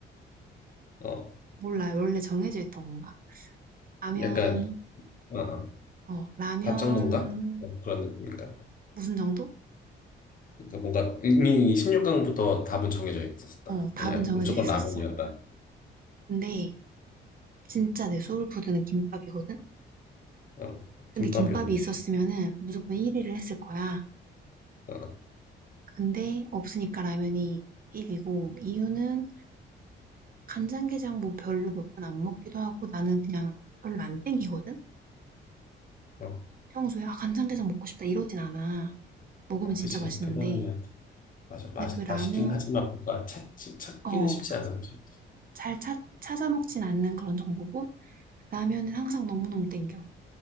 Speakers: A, on the left; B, on the right.
A: 어.
B: 몰라요. 원래 정해져 있던 건가? 라면,
A: 약간 어, 어.
B: 어, 라면
A: 답정론가? 어, 그런 느낌인가?
B: 무슨 정도?
A: 그러니까 뭔가 이미 16강부터 답은 정해져 있었다.
B: 어, 답은
A: 그냥
B: 정해져
A: 무조건
B: 있었어.
A: 라면이었다.
B: 근데 진짜 내 소울푸드는 김밥이거든?
A: 어. 김밥이
B: 근데 김밥이
A: 없네.
B: 있었으면은 무조건 1위를 했을 거야.
A: 어.
B: 근데 없으니까 라면이 1위고 이유는 간장게장 뭐 별로 몇 번 안 먹기도 하고 나는 그냥 별로 안 땡기거든?
A: 어.
B: 평소에 아 간장게장 먹고 싶다 이러진 않아. 먹으면
A: 아,
B: 진짜
A: 그치.
B: 맛있는데
A: 그거는 그냥 맞아. 맛,
B: 근데 그 라면
A: 맛있긴 하지만 뭔가 찾기, 찾기는
B: 어
A: 쉽지 않은 음식.
B: 잘 찾, 찾아 먹진 않는 그런 정보고 라면은 항상 너무너무 땡겨.